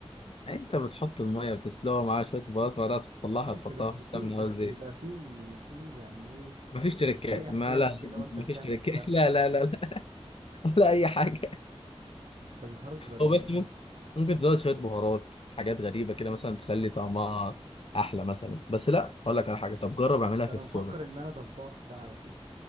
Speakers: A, on the left; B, on the right.
A: يعني انت بتحط الميه وتسلقها معاها شويه بهارات بعدها تطلعها
B: ماشي
A: تحطها
B: بس
A: في السمنه
B: في بس
A: او الزيت
B: بيبقى في في يعني ايه
A: مفيش تريكات
B: في احساس
A: ما لا لا،
B: كده وانت
A: مفيش
B: بتعمل
A: تريكات
B: الفرخه
A: <laughs> لا لا لا لا ولا اي حاجه
B: انت بتهزر والله
A: هو بس ممكن ممكن تزود شوية بهارات حاجات غريبة كده مثلا تخلي طعمها أحلى مثلا بس لا أقول لك على حاجة طب جرب أعملها
B: ده
A: في
B: انا
A: الفرن
B: مفكر ان انا طباخ بقى على كده